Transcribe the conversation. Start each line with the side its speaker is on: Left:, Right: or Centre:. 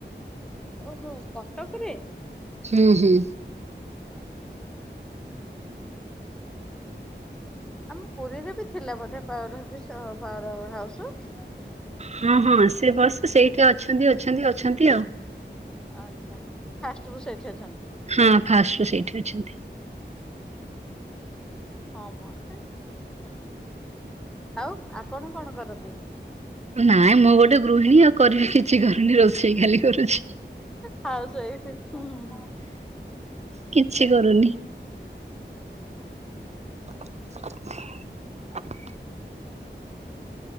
Centre: ଓହୋ କଟକରେ?
Right: ହୁଁ ହୁଁ।
Centre: ଆଚ୍ଛା ହୁଁ ହୁଁ। ଆମ ପୁରୀରେ ବି ଥିଲା ବୋଧେ ପାଞ୍ଵାର ହବିଶ ଅ ପାୱାର ହାଉସ୍।
Right: ହଁ ହଁ ସେ ବସ ସେଇଠି ଅଛନ୍ତି, ଅଛନ୍ତି, ଅଛନ୍ତି ଆଉ।
Centre: ଆଚ୍ଛା ଫାଷ୍ଟରୁୁ ସେଇଠି ଅଛ
Right: ହଁ ଫାଷ୍ଟରୁ ସେଇଠି ଅଛନ୍ତି।
Centre: ହଁମ ସେ ହୁଁ। ଆଉ ଆପଣ କଣ କରନ୍ତି?
Right: ନାଇଁ ମୁଁ ଗୋଟେ ଗୃହିଣୀ ଆଉ କରିବି କିଛି କରୁନି ରୋଷେଇ ଖାଲି କରୁଛି।
Centre: ହାଉସ୍‌ ୱାଇଫ୍।
Right: କିଛି କରୁନି।
Centre: ହୁଁ।
Right: <inaudible>
Centre: ହୁ <inaudible>